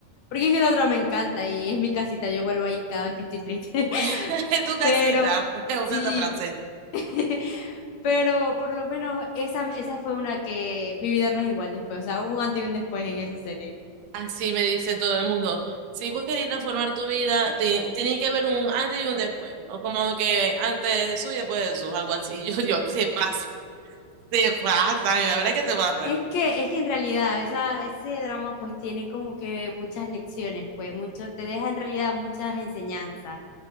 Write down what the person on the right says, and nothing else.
<laughs> En tu casita,
<laughs> me
gusta esa frase.
Así me dicen todo el mundo. Si vos querés transformar tu vida, te- tenés que ver un antes y un después. O como que antes de Jesús y después de Jesús, algo así. <laughs> Yo, Dios, se pasa. Se pasan, y la verdad es que se pasan.